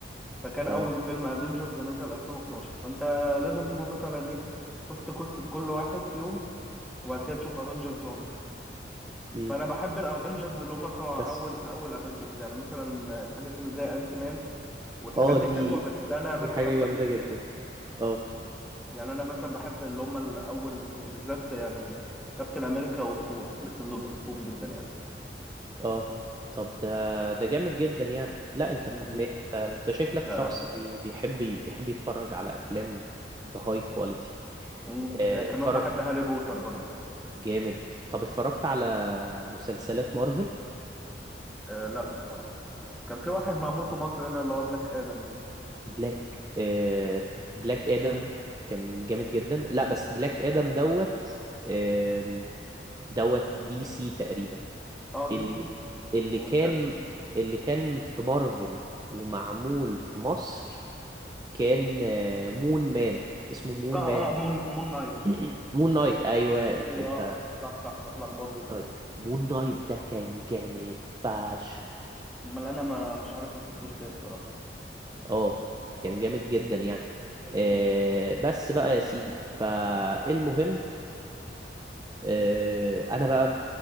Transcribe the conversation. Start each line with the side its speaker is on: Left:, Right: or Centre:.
Centre: فكان
Right: اه
Centre: اول فيلم افنجرز نزل 2012 فانت لازم تكون مثلا ايه شفت قصة كل واحد فيهم وبعد كده تشوف افنجرز 1
Right: امم
Centre: فانا بحب الافنجرز اللي هم بتوع
Right: بس
Centre: اول اول افنجرز يعني مثلا الحاجات اللي زي انت مان والحاجات
Right: اه
Centre: دي
Right: دي
Centre: حلوه بس انا
Right: دي
Centre: مثلا
Right: حاجة
Centre: ماسك
Right: جامدة جدا اه
Centre: يعني انا مثلا بحب اللي هم الاول اتنين بالذات يعني كابتن امريكا وثور الاتنين دول بحبهم جدا يعني
Right: اه طب ده ده جامد جدا يعني لا انت فاهمان
Centre: مم.
Right: انت انت شكلك
Centre: لا
Right: شخص
Centre: لا
Right: بي- بيحب بيحب يتفرج على افلام بهاي كواليتي
Centre: مم.
Right: اه،
Centre: آه كمان
Right: اتفرج
Centre: بحب هاري بوتر برضه
Right: جامد طب اتفرجت على مسلسلات مارفل
Centre: آه لا بصراحه كان في واحد معمول في مصر هنا اللي هو بلاك ادم ده
Right: بلاك اه، بلاك ادم كان جامد جدا لا بس بلاك ادم دوت ام، دوت دي سي تقريبا
Centre: اه
Right: اللي
Centre: دي سي
Right: اللي
Centre: امال
Right: كان
Centre: كان
Right: اللي كان في مارفل ومعمول في مصر كان آه، مون مان اسمه مون
Centre: اه
Right: مان
Centre: اه مون مون نايت
Right: <coughs> <clears throat> مون نايت ايوه انت
Centre: ايوه
Right: انت
Centre: صح صح انا اتلخبطت
Right: مون
Centre: بس
Right: نايت مون نايت ده كان جامد فشخ
Centre: امال انا ما مش عارف ما شفتوش ليه بصراحه
Right: اه كان جامد جدا يعني آه
Centre: امم
Right: بس بقى يا سيدي فالمهم آه انا بقى